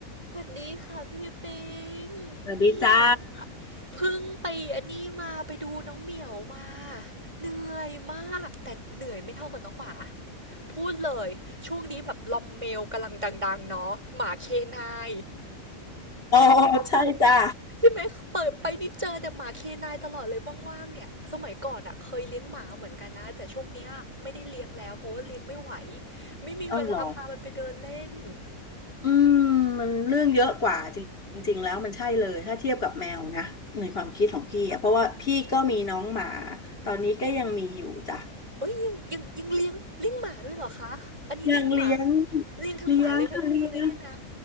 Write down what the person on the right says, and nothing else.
สวัสดีค่ะพี่ปิง
เนี่ยเพิ่งไปอันนี้มาไปดูน้องเหมียวมาเหนื่อยมากแต่เหนื่อยไม่เท่ากับน้องหมาพูดเลยช่วงนี้แบบลอมเมลกำลังดังๆเนาะหมาเคนาย
ซึ่ง
ใช่ไหมเปิดไปนี่เจอแต่หมาเคนายตลอดเลยว่างๆเนี่ยสมัยก่อนอะเคยเลี้ยงหมาเหมือนกันนะแต่ช่วงเนี้ยไม่ได้เลี้ยงแล้วเพราะว่าเลี้ยงไม่ไหวไม่มีเวลาพามันไปเดินเล่น
เอ้ยยังยังยังเลี้ยงเลี้ยงหมาด้วยเหรอคะอันนี้เลี้ยงหมา
เลี้ยงทั้งหมาเลี้ยงทั้งแมวเลยเนี่ยนะ